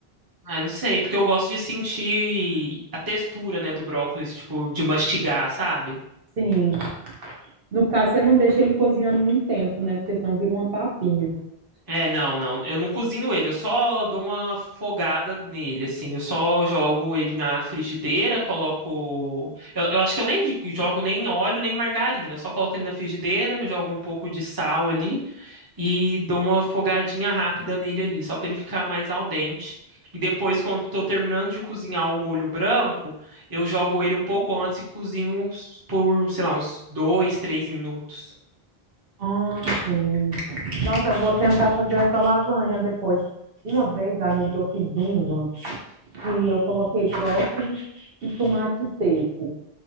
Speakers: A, on the right; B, on the right.
A: Ah, eu não sei, porque eu gosto de sentir a textura, né, do brócolis, tipo, de mastigar, sabe?
B: Sim. No caso, você não deixa ele cozinhando muito tempo, né? Porque senão vira uma papinha.
A: É, não, não, eu não cozinho ele, eu só dou uma fogada nele, assim, eu só jogo ele na frigideira, coloco. Eu, eu acho que eu nem jogo nem óleo, nem margarina, eu só coloco ele na frigideira, jogo um pouco de sal ali. e dou uma fogadinha rápida nele ali, só para ele ficar mais al dente. E depois, quando estou terminando de cozinhar o molho branco, eu jogo ele um pouco antes e cozinho por, sei lá, uns dois, três minutos.
B: Ah, sim. Nossa, eu vou tentar fazer essa lasanha depois. Uma vez, amiga, eu fiz uma. e eu coloquei brócolis e tomate seco.